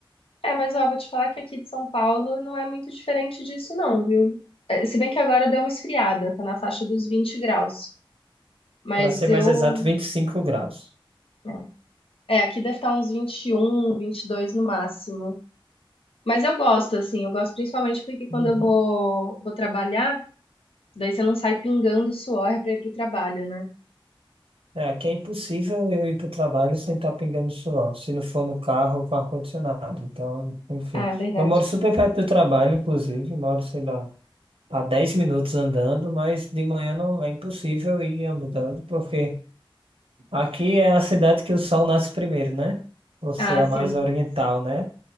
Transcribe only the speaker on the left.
É, mas ó, vou te falar que aqui de São Paulo não é muito diferente disso, não, viu? Eh, Se bem que agora deu uma esfriada, tá na faixa dos 20 graus. Mas
eu.
né, É, aqui deve estar uns um, 21, dois no máximo. Mas eu gosto, assim, eu gosto principalmente porque quando
eu vou, vou trabalhar, daí você não sai pingando suor pra ir pro trabalho, né?
Ah, é verdade.
Ah,
sim.